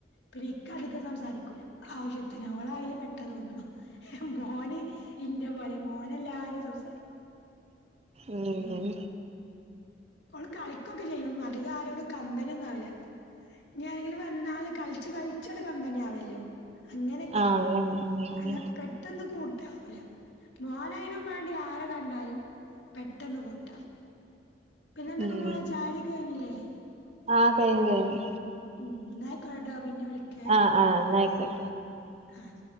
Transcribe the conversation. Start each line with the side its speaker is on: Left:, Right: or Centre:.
Left: പിന്നെ ഇക്ക അധികം സംസാരിക്കൂല ആവശ്യത്തിന് അവള് അയില് പെട്ട തോന്നണു മോന് ഇന്റെ പോലെ മോന് എല്ലാരും സംസാരിക്കും.
Right: ഉം
Left: അങ്ങനെ ഓള് കളിക്കൊക്കെ ചെയ്യും അതികം ആരോട് കമ്പനിയൊന്നും ആവില്ല ഞാരെങ്കില് വന്നല് കളി ച്ച് കളിച്ച് കമ്പനി ആവല്ലോ അങ്ങനക്കെ
Right: ആഹ് അങ്ങനെ ഉം
Left: അല്ല പെ പെട്ടെന്ന് കൂട്ടാവൂല്ല മോന് അയിനു വേണ്ടി ആര കണ്ടാലും പെട്ടെന്ന് കൂട്ടാവു പിന്നെ എന്തൊക്കെ
Right: ഉം
Left: മോളെ ചായൊടിക്കെ കഴിഞ്ഞില്ലേ
Right: ആഹ് കഴിഞ്ഞ് കഴിഞ്ഞ്
Left: ഉം എന്നായിക്കോടാ പിന്നെ വിളിക്കേ
Right: ആഹ് ആഹ് എന്നാ ആയിക്കോട്ടെ
Left: ആഹ്